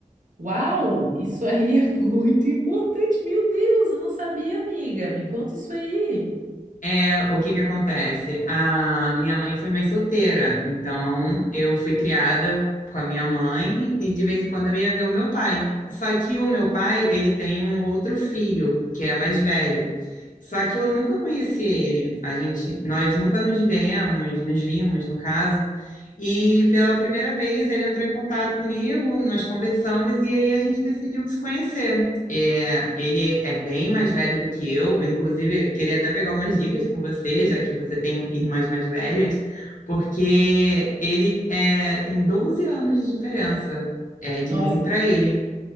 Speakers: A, on the right; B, on the left.
A: Uau, isso aí é <laughs> muito importante. Meu Deus, eu não sabia, amiga. Me conta isso aí.
B: É, o que que acontece? A minha mãe foi mãe solteira, então eu fui criada com a minha mãe e de vez em quando eu ia ver o meu pai. Só que o meu pai, ele tem um outro filho, que é mais velho. Só que eu nunca conheci ele. A gente, nós nunca nos vemos, nos vimos, no caso. E pela primeira vez ele entrou em contato comigo, nós conversamos e aí a gente decidiu se conhecer. É, ele é bem mais velho do que eu, inclusive queria até pegar umas dicas com você, já que você tem irmãs mais velhas, porque ele é, tem 12 anos de diferença é, de
A: Nossa,
B: mim para ele.